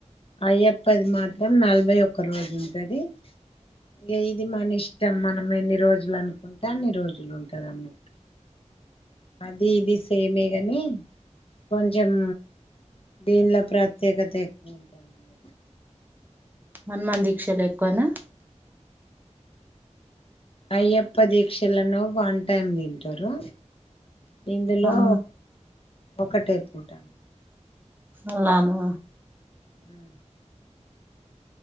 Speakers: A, on the left (about 50°); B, on the right (about 15°).
A: అయ్యప్పది మాత్రం నలభై ఒక్క రోజు ఉంటది. ఇగ ఇది మన ఇష్టం మనం ఎన్ని రోజుల్ అనుకుంటే అన్ని రోజులు ఉంటది అన్నట్టు. అది ఇది సెమేగని కొంచేం దీన్ల ప్రత్యేకత ఎక్కువ ఉంటంది.
B: హనుమాన్ దీక్షల్ ఎక్కవన
A: అయ్యప్ప దీక్షలను వన్ టైమ్ తింటరు ఇందులో
B: ఆహా
A: ఒకటె పూట
B: అలానా
A: మ్మ్